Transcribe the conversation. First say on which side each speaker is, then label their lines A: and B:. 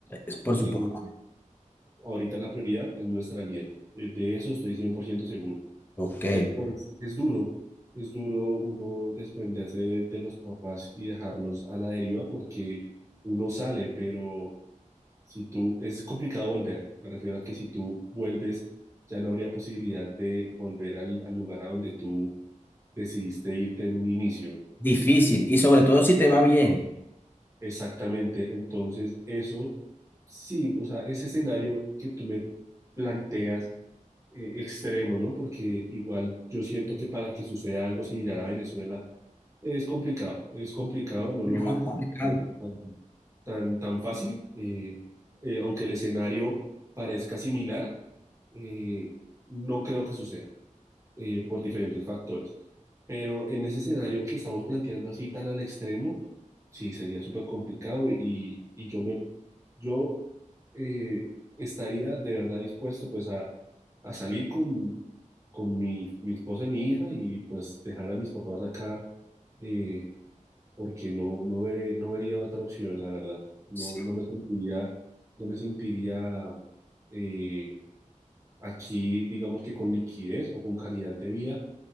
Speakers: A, on the left; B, on the right.
A: Es por supuesto.
B: eh, ahorita la prioridad es nuestra nieta. Eh, de eso estoy 100% seguro.
A: Ok.
B: Pero pues es duro, es duro uno desprenderse de, de los papás y dejarlos a la deriva porque uno sale, pero si tú, es complicado volver. Me refiero a que si tú vuelves, ya no habría posibilidad de volver al, al lugar a donde tú decidiste irte en un inicio.
A: Difícil. Y sobre todo si te va bien.
B: Exactamente, entonces eso, sí, o sea, ese escenario que tú me planteas eh, extremo, ¿no? Porque igual yo siento que para que suceda algo similar a Venezuela es complicado, es complicado, no
A: Muy
B: lo veo como
A: complicado.
B: tan, tan, tan, tan fácil, eh, eh, aunque el escenario parezca similar, eh, no creo que suceda eh, por diferentes factores. Pero en ese escenario que estamos planteando así tan al extremo, sí sería súper complicado y, y yo me, yo eh, estaría de verdad dispuesto pues a, a salir con, con mi, mi esposa y mi hija y pues dejar a mis papás acá eh, porque no, no veré, no vería otra opción, la verdad. No,
A: Sí.
B: no me sentiría, no me sentiría eh, Aquí, digamos que con liquidez o con calidad de vida